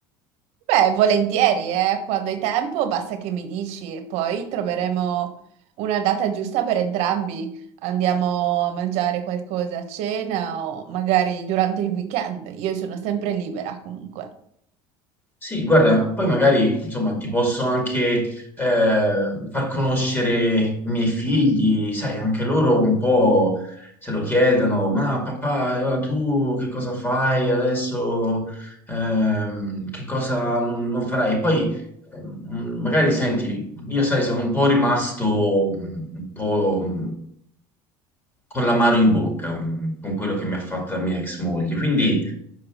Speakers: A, on the right; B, on the left.
A: Beh, volentieri, eh. Quando hai tempo basta che mi dici e poi troveremo una data giusta per entrambi. Andiamo a mangiare qualcosa a cena o magari durante il weekend. Io sono sempre libera comunque.
B: Sì, guarda, poi magari insomma ti posso anche eh, far conoscere i miei figli, sai, anche loro un po' se lo chiedono, ma papà, allora tu che cosa fai adesso? Ehm, che cosa non, non farai? Poi ehm, magari senti, io sai, sono un po' rimasto un po' con l'amaro in bocca mm, con quello che mi ha fatto la mia ex moglie, quindi